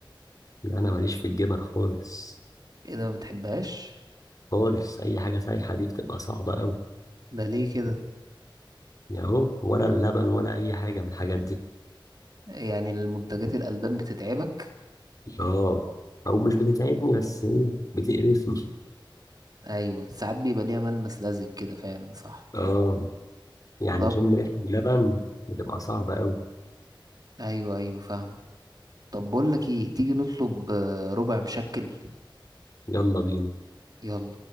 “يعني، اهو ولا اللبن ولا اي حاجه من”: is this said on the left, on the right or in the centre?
Left